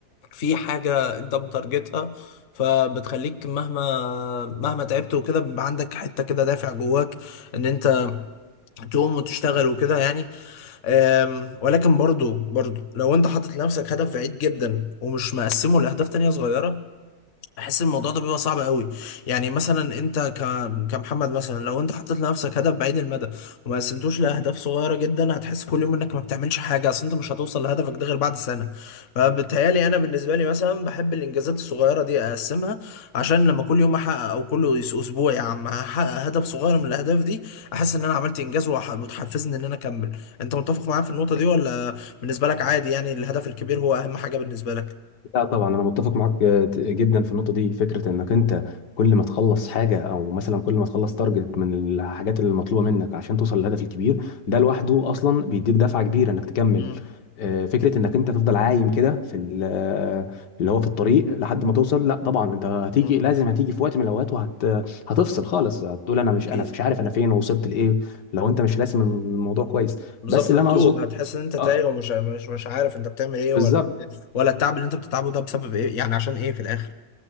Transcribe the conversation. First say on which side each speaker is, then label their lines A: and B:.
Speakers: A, on the left; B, on the left.
A: في حاجة انت متارجتها فبتخليك مهما مهما تعبت وكده بيبقى عندك حتة كده دافع جواك ان انت تقوم وتشتغل وكده يعني أم، ولكن برضو برضو لو انت حاطط لنفسك هدف بعيد جدا ومش مقسمه لأهداف تانية صغيرة احس الموضوع ده بيبقى صعب قوي يعني مثلا انت ك... كمحمد مثلا لو انت حطيت لنفسك هدف بعيد المدى وما قسمتوش لاهداف صغيره جدا هتحس كل يوم انك ما بتعملش حاجه اصل انت مش هتوصل لهدفك ده غير بعد سنه فبتهيالي انا بالنسبه لي مثلا بحب الانجازات الصغيره دي اقسمها عشان لما كل يوم احقق او كل أس- اسبوع يا عم احقق هدف صغير من الاهداف دي احس ان انا عملت انجاز وح- وتحفزني ان انا اكمل انت متفق معايا في النقطه دي ولا بالنسبه لك عادي يعني الهدف الكبير هو اهم حاجه بالنسبه لك
B: لا طبعا انا متفق معاك آه، جدا في النقطه دي فكره انك انت كل ما تخلص حاجه او مثلا كل ما تخلص تارجت من الحاجات اللي مطلوبه منك عشان توصل للهدف الكبير ده لوحده اصلا بيديك دفعه كبيره انك تكمل
A: مم.
B: آه، فكره انك انت تفضل عايم كده في ال- آه، اللي هو في الطريق لحد ما توصل لا طبعا انت هتيجي
A: مم.
B: لازم هتيجي في وقت من الاوقات وهتفصل خالص هتقول انا مش
A: اكيد
B: انا مش عارف انا فين ووصلت لايه لو انت مش راسم الموضوع كويس
A: بالظبط
B: بس اللي
A: هتتوه
B: انا اقصد
A: هتحس ان انت تايه
B: آه،
A: ومش مش مش عارف انت بتعمل ايه
B: بالظبط
A: ولا ولا التعب اللي انت بتتعبه ده بسبب ايه يعني عشان ايه في الاخر